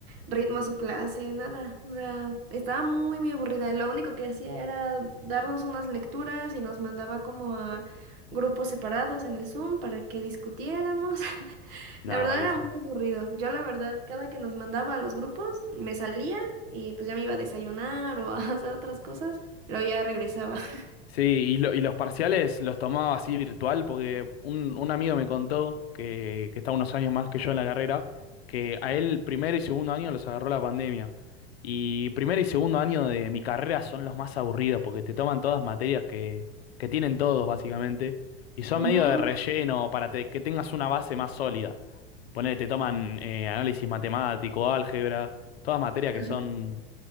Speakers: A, on the right (about 60°); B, on the left (about 80°).
A: ritmo a su clase, nada. O sea, estaba muy, muy aburrida. Lo único que hacía era darnos unas lecturas y nos mandaba como a grupos separados en el Zoom para que discutiéramos. <laughs>
B: Nada,
A: La verdad
B: malísimo.
A: era muy aburrido. Yo, la verdad, cada que nos mandaba a los grupos, me salía y pues ya me iba a desayunar o a <laughs> hacer otras cosas. Luego ya regresaba. <laughs>
B: Sí, y, lo- y los parciales los tomaba así virtual porque un, un amigo me contó que, que está unos años más que yo en la carrera, que a él primer y segundo año los agarró la pandemia. Y primer y segundo año de mi carrera son los más aburridos porque te toman todas materias que, que tienen todos básicamente y son
A: Ujú,
B: medio de relleno para te- que tengas una base más sólida. Ponele, te toman eh, análisis matemático, álgebra, todas materias
A: ajá,
B: que son